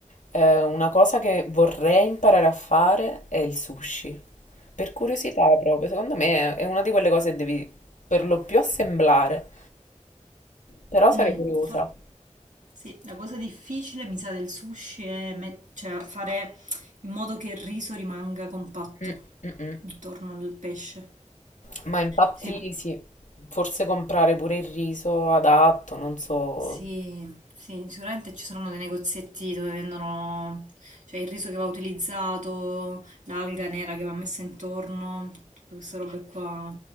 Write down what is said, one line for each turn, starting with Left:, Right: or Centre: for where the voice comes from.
Left: eh, una cosa che vorrei imparare a fare è il sushi. Per curiosità proprio, secondo me è è una di quelle cose che devi per lo più assemblare, però sarei
Right: Mm,
Left: curiosa.
Right: for- Sì, la cosa difficile, mi sa, del sushi è me- cioè, fare in modo che il riso rimanga compatto
Left: Mm, mm, mm.
Right: intorno al pesce.
Left: Ma infatti
Right: Sì,
Left: sì, forse comprare pure il riso adatto, non so.
Right: sì, sì, sicuramente ci saranno dei negozietti dove vendono, cioè, il riso che va utilizzato, l'alga nera che va messa intorno, tutte queste robe qua,